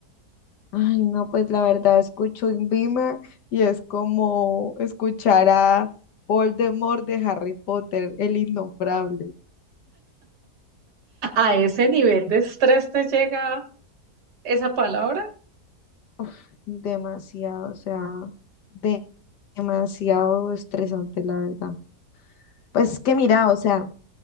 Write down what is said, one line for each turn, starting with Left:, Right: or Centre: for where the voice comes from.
Left: Ay, no, pues la verdad escucho Invima y es como escuchar a Voldemort de Harry Potter, el innombrable.
Right: ¿A ese nivel de estrés te llega esa palabra?
Left: Uf, demasiado, o sea, de- demasiado estresante, la verdad. Pues que mira, o sea.